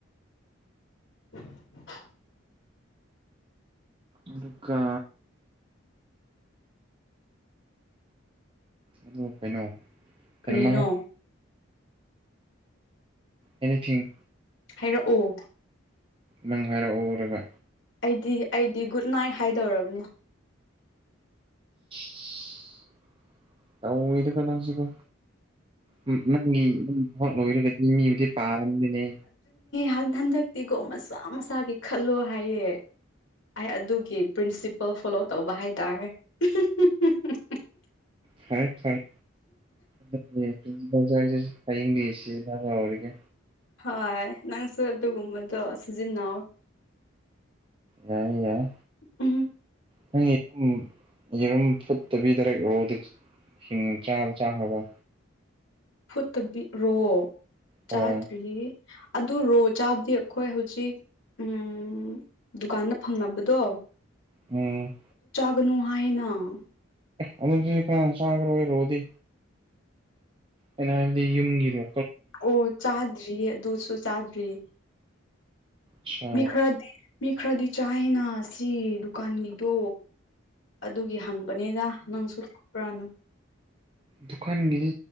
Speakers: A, on the left; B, on the right.
A: <inaudible>
B: ꯑꯗꯨꯒ ꯑꯗꯨ ꯀꯩꯅꯣ ꯀꯩꯅꯣꯝꯃꯥ
A: ꯀꯔꯤꯅꯣ
B: ꯑꯦꯅꯤꯊꯤꯡ
A: ꯍꯥꯏꯔꯛꯑꯣ
B: ꯅꯪ ꯍꯥꯏꯔꯛꯑꯣꯔꯒ
A: ꯑꯩꯗꯤ ꯑꯩꯗꯤ ꯒꯨꯗ ꯅꯥꯏꯠ ꯍꯥꯏꯗꯧꯔꯕꯅꯤ
B: ꯁꯤꯁ ꯇꯧꯋꯤ ꯗꯨꯒ ꯅꯪꯁꯤꯀꯣ ꯎꯝ ꯅꯪꯒꯤ <unintelligible> ꯊꯕꯛ ꯂꯣꯏꯔꯒꯗꯤ ꯃꯤ-ꯃꯤꯕꯨꯗꯤ ꯄꯥꯔꯕꯅꯤꯅꯦ
A: ꯍꯟ-ꯍꯟꯗꯛꯇꯤꯒꯣ ꯃꯁꯥ ꯃꯁꯥꯒꯤ ꯈꯜꯂꯣ ꯍꯥꯏꯌꯦ ꯑꯩ ꯑꯗꯨꯒꯤ ꯄ꯭ꯔꯤꯟꯁꯤꯄꯜ ꯐꯣꯂꯣ ꯇꯧꯕ ꯍꯥꯏꯇꯥꯔꯦ <unintelligible>
B: ꯐꯔꯦ ꯐꯔꯦ <unintelligible> <unintelligible> ꯍꯌꯦꯡꯗꯒꯤ ꯁꯤꯖꯤꯟꯅꯕ ꯍꯧꯔ ꯒꯦ
A: ꯍꯣꯏ ꯅꯪꯁꯨ ꯑꯗꯨꯒꯨꯝꯕꯗꯣ ꯁꯤꯖꯤꯟꯅꯧ
B: ꯌꯥꯏ ꯌꯥꯏ
A: ꯎꯝ
B: ꯅꯪꯒꯤ ꯎꯝ ꯌꯦꯔꯨꯝ ꯐꯨꯠꯇꯕꯤꯗꯔ <unintelligible> ꯍꯤꯡꯅ ꯆꯥꯕꯗꯨ ꯆꯥꯈ꯭ꯔꯕ
A: ꯐꯨꯠꯇꯕꯤ ꯔꯣ
B: ꯍꯣꯏ
A: ꯆꯥꯗ꯭ꯔꯤ ꯑꯗꯨ ꯔꯣ ꯆꯥꯕꯗꯤ ꯑꯩꯈꯣꯏ ꯍꯧꯖꯤꯛ ꯎꯝ ꯗꯨꯀꯥꯟꯗ ꯐꯪꯅꯕꯗꯣ
B: ꯎꯝ
A: ꯀꯅꯨ ꯍꯥꯏꯅ
B: ꯑꯦ ꯑꯗꯨꯗꯤ ꯀꯅꯥꯅ ꯆꯥꯒꯦꯔꯣꯏ ꯔꯣꯗꯤ ꯑꯩꯅ ꯍꯥꯏꯕꯗꯤ ꯌꯨꯝꯒꯤ ꯔꯣ
A: ꯑꯣ ꯆꯥꯗ꯭ꯔꯤꯌꯦ ꯑꯗꯨꯁꯨ ꯆꯥꯗ꯭ꯔꯤꯌꯦ
B: ꯁꯥ
A: ꯃꯤ ꯈꯔꯗꯤ ꯃꯤ ꯈꯔꯗꯤ ꯆꯥꯏꯅ ꯁꯤ ꯗꯨꯀꯥꯟꯒꯤꯗꯣ ꯑꯗꯨꯒꯤ ꯍꯪꯕꯅꯤꯗ ꯅꯪꯁꯨꯨ ꯆꯥꯕ꯭ꯔꯅ
B: ꯗꯨꯀꯥꯟꯒꯤꯗꯤ